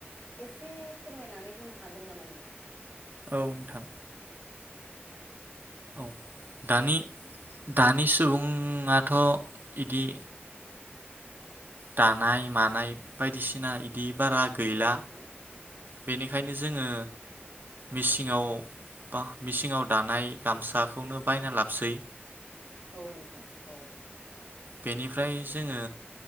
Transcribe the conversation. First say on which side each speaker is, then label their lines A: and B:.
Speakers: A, on the left; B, on the right.
A: एसे फोरमायनानै होनो हागोन नामा नोंथां
B: औ नोंथां औ दानि दानि सुबुङाथ' इदि दानाय मानाय बायदिसिना इदि बारा गैला
A: औ नोंथां
B: बेनिखायनो जोङो मेसिङाव बा मेसिङाव दानाय गामसाखौनो बायना लाबसै
A: औ नोंथां औ
B: बेनिफ्राय जोङो